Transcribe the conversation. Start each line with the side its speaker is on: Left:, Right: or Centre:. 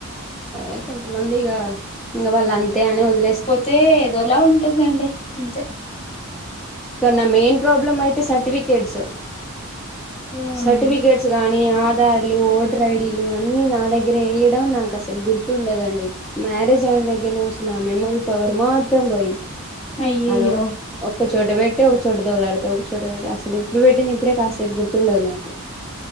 Centre: అదే కొంతమంది ఇగ ఇంగ వాళ్ళు అంతే అనే వదిలేస్తారు
Left: తే ఏదోలా ఉంటుందండి అంతే
Centre: ఇంకా నా మెయిన్ ప్రాబ్లం అయితే సర్టిఫికెట్స్
Left: హ్మ్
Centre: సర్టిఫికెట్ గానీ ఆధార్లు ఓటర్ ఐడీలు అన్ని నా దగ్గర వేయడం నాకు అసలు గుర్తుండదండి మ్యారేజ్ అయిన దగ్గర నుంచి నా మెమరీ పవర్ మొత్తం పోయింది
Left: అయ్యయ్యో
Centre: అద ఒ ఒక్క చోట పెట్టి ఒక చోట దోలాడుతా ఒక చోట పెట్టి అస ఇప్పుడు పెట్టి నే ఇప్పుడ కాసేపు గుర్తుండదు నాకు